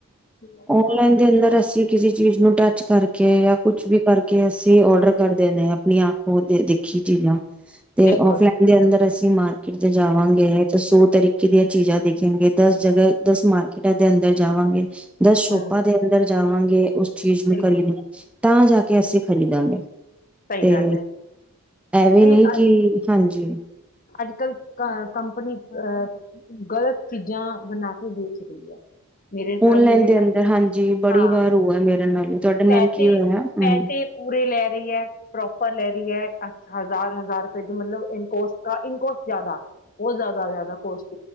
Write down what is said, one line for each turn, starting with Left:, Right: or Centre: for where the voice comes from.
Left: ਲੈਂਦੇ
Centre: ਔਨਲਾਈਨ
Left: ਹਾਂ।
Centre: ਦੇ ਅੰਦਰ ਅਸੀਂ ਕਿਸੇ ਚੀਜ਼ ਨੂੰ ਟੱਚ ਕਰਕੇ ਕੇ ਜਾਂ ਕੁਛ ਵੀ ਕਰਕੇ ਅਸੀਂ ਔਡਰ ਕਰਦੇ ਨੇ ਆਪਣੀ ਆਪ ਦੇਖੀ ਚੀਜ਼ਾਂ ਤੇ
Left: ਬਿਲਕੁਲ
Centre: ਆਫਲੈਣੇ ਦੇ ਅੰਦਰ ਅਸੀਂ ਅਸੀਂ ਮਾਰਕੀਟ ਤੇ ਜਾਵਾਂਗੇ ਤਾਂ ਸੌ ਤਰੀਕੇ ਦੀਆਂ ਚੀਜ਼ਾਂ ਦੇਖਣਗੇ ਦਸ ਜਗ੍ਹਾ ਦਸ ਮਾਰ ਕਿਟਾ ਦੇ ਅੰਦਰ ਜਾਵਾਂਗੇ ਦਸ ਸ਼ੋਪਾਂ
Left: ਹਮ
Centre: ਦੇ ਅੰਦਰ ਜਾਵਾਂਗੇ ਉਸ ਚੀਜ਼ ਨੂੰ
Left: ਬਿਲਕੁਲ
Centre: ਕਰੀਦੀ ਤਾਂ ਜਾ ਕੇ ਅਸੀਂ ਖਰੀਦਾਂਗੇ
Left: ਸਹੀ
Centre: ਤੇ
Left: ਗੱਲ ਹੈ
Centre: ਐਵੇਂ
Left: ਸਹੀ
Centre: ਨੀ ਕਿ ਹਾਂਜੀ ਜੀ
Left: ਅੱਜ ਕੱਲ੍ਹ ਕੰਪਨੀ ਅਹ ਗ਼ਲਤ ਚੀਜ਼ਾਂ ਬਣਾ ਕੇ ਵੇਚਰਹੀ ਹੈ ਮੇਰੇ
Centre: ਓਨਲਾਈਨ
Left: ਮੇਰੇ
Centre: ਦੇ
Left: ਨਾਲ
Centre: ਅੰਦਰ ਹਾਂਜੀ ਬੜੀ
Left: ਹਾਂ
Centre: ਵਾਰ ਹੋਆ ਮੇਰੇ ਨਾਲ ਤੁਹਾਡੇ ਨਾਲ
Left: ਪੈਸੇ
Centre: ਕੀ ਹੋਇਆ
Left: ਪੈਸੇ
Centre: ਹਮ
Left: ਪੂਰੇ ਲੈ ਰਹੀ ਹੈ ਪ੍ਰੋਪ ਲੈ ਰਹੀ ਹੈ ਅੱ ਹਜ਼ਾਰ ਹਜ਼ਾਰ ਰੁਪਏ ਦੀ ਮਤਲਬ ਇਨਕੋਸਟ ਇੰਕੋਸਟ ਜਿਆਦਾ ਬਹੁਤ ਜ਼ਿਆਦਾ ਜ਼ਿਆਦਾ ਕੋਸ